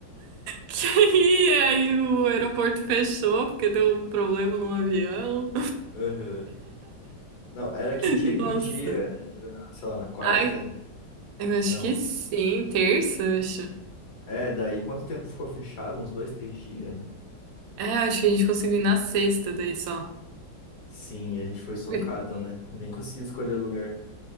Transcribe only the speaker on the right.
que aí, aí o aeroporto fechou porque deu um problema no avião.
<laughs> Nossa.
Ai, eu acho
que sim, terça, eu acho.
É, acho que a gente conseguiu ir na sexta daí só.
<laughs>